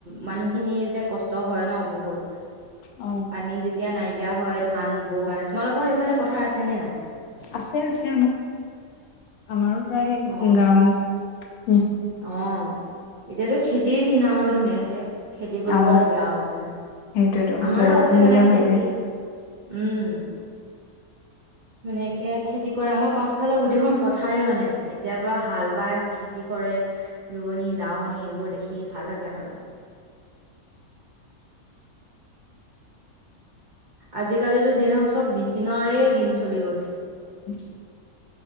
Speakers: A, on the right; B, on the left.
A: মানুহখিনি যে কষ্ট ত হয় ন বহুত
B: অ
A: পানী যেতিয়া এতিয়া নাইকিয়া হয় ধান ৰুবৰ কাৰণে তোমালোকৰ সেইফালে পথাৰ আছে নে নাই
B: আছে আছে আমাৰ প্ৰাকে
A: অ
B: গাও
A: অ এতিয়াতো খেতিৰ দিন আৰু ধুনীয়াকে খেতি কৰিব
B: অ
A: লাগে আৰু মানেহে
B: সেইটোয়েতো
A: আমাৰো
B: বৰষুণ
A: আছে
B: দিলে
A: মানে
B: ভালে
A: খেতি উম ধুনীয়াকে খেতি কৰে আমাৰ পাছফালক গোদেইখন পথাৰে মানে এতিয়াৰ পৰা হাল বাই খেতি কৰে ৰোৱনী দাৱনী এইবোৰ দেখি ভাল লাগে আৰু আজিকালিিতো যি নহওক চব মেচিনৰৰে দিন চলি গৈছে
B: বচ